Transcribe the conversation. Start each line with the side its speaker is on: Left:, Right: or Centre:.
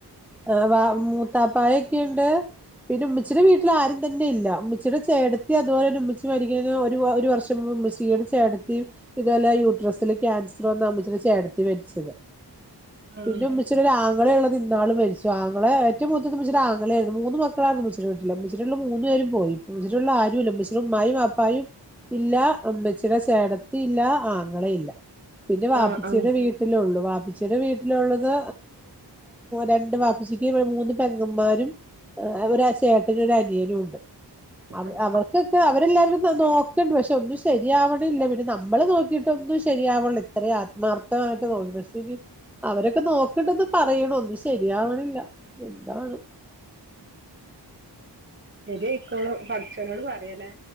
Centre: ഹ് വാ മൂത്താപ്പായൊക്കെണ്ട് പിന്നെ ഉമ്മച്ചിടെ വീട്ടില് ആരും തന്നെ ഇല്ല ഉമ്മച്ചിടെ ചേട്ടെത്തി അതുപോലെന്നെ ഉമ്മച്ചി മരിക്കുന്നേന് ഒരുവ ഒര് വർഷം മുമ്പ്ഉമ്മച്ചീടെ ചേട്ടെത്തിം ഇത് പോലെ യൂട്രസില് കിയാൻസറ് വന്ന് ഉമ്മച്ചീടെ ചേട്ടെത്തി മരിച്ചെത്
Right: ആഹ്
Centre: പിന്നെ ഉമ്മ ച്ചിടെ ഒരാങ്ങളെള്ളത് ഇന്നാള് മരിച്ചു ആങ്ങെളെ ഏറ്റവും മൂത്തത് മ്മച്ചീടാങ്ങളേരുന്നു മൂന്ന് മക്കളായിര്ന്നു ഉമ്മച്ചിടെ ല്ല ഉമ്മച്ചീടെല്ല മൂന്ന് പേരും പോയി ഇമ്മച്ചിടുള്ള ആരുല്ല ഉമ്മച്ചീടെ ഉമ്മായും വാപ്പായും ഇല്ലാ ഇമ്മച്ചിടെ ചേടത്തില്ല ആങ്ങളല്ല പിന്നെ വാപ്പച്ചിയുടെ
Right: ആഹ് ആഹ്
Centre: വീ വീട്ടിലൊള്ളു വാപ്പച്ചിടെ വീട്ടിലൊള്ളെത് രണ്ട് വാപ്പച്ചിക്ക് മൂന്ന് പെങ്ങന്മാരും ഒര ചേട്ടനും ഒരനിയനും ഉണ്ട്
Right: അത്
Centre: അവർക്കൊക്കെ അവരെല്ലാവെരും നന്നോ ണ്ട് പക്ഷെ ഒന്നും ശെരിയാവണില്ല പിന്നെ നമ്മള് നോക്കിയിട്ടൊന്നും ശെരിയാവണില്ല. അത്രേം ആത്മാർത്ഥമായിട്ട് നോക്കി സ്ഥിതിക് അവരൊക്കെ നോക്ക്ണ്ടെന്ന് പറയ്ണു ഒന്നും ശെരിയാവ്ണില്ല എന്താന്ന
Right: ശെരി അയ്ക്കോളും പടച്ചോനോട് പറയലെ.